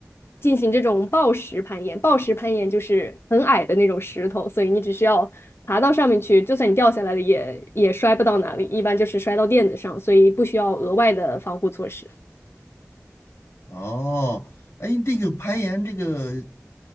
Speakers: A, on the left; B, on the left.
A: 进行这种暴石攀岩，暴石攀岩就是很矮的那种石头，所以你只需要爬到上面去，就算你掉下来了也也摔不到哪里，一般就是摔到垫子上，所以不需要额外的防护措施。
B: 哦，哎，这个攀岩这个。